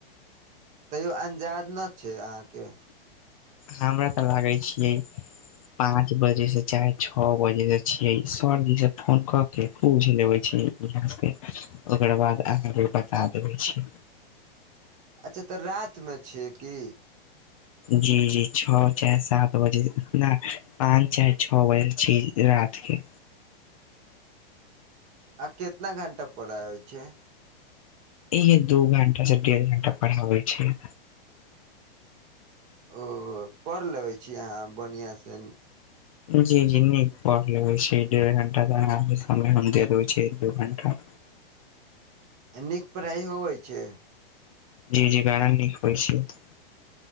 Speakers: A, on the right; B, on the left.
A: तैयो अंजाद न छै अहाँके।
B: हमरा तऽ लागै छियै पाँच बजे सँ चाहे छ बजे सँ छियै, सर जी से फोन क केँ पूछ लेबेय छी, <unintelligible> ओकर बाद अहाँ केँ बता देबेय छी।
A: अच्छा तऽ रातिमेँ छियै की।
B: जी -जी छौ चाहे सात बजे, ना पाँच चाहे छौ बजे छी रात के।
A: आ केतना घण्टा पढ़ाबय छैय।
B: इहे दू घंटा से डेढ़ घंटा पढ़ाबै छैय।
A: ओ पढ़ लेबै छी अहाँ बढ़ियां से न
B: जी -जी नीक पढ़ लेबै छै, डेढ़ घण्टा के अहां के समय हम दे देबै छि, एक दू घण्टा।
A: नीक पढ़ाई होबै छै।
B: जी-जी बड़ा नीक होय छै एतऽ।